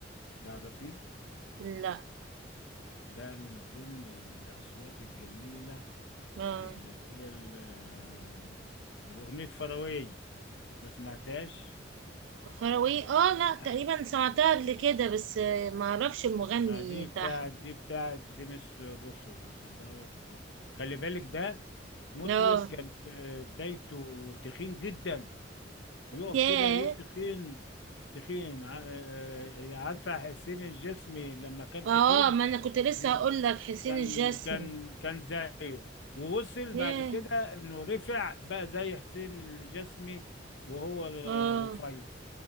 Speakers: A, on the left; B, on the right.
A: تعرفيه
B: لا
A: ده من ضمن الاصوات الجميله
B: اه
A: اللي اللي هي ال- آه، الاغنيه فراوي ما سمعتهاش
B: فروي اه لا
A: ح-
B: تقريبا سمعتها قبل كده بس آه، ما اعرفش المغني
A: ما دي
B: بتاعها
A: بتاعت دي بتاعت ديمس روسوز دوت خلي بالك ده مطرب
B: اه
A: كان في بدايته تخين جدا يقف
B: ياه
A: كده ايه تخين تخين ع- آه، آه، عارفه حسين الجسمي لما كان
B: اه
A: تخين
B: ما انا كنت لسه
A: لما
B: هقول لك حسين
A: كان
B: الجسمي
A: كان كان زيه ووصل
B: ياه
A: بعد كده انه رفع بقى زي حسين الجسمي وهو
B: اه
A: رفيع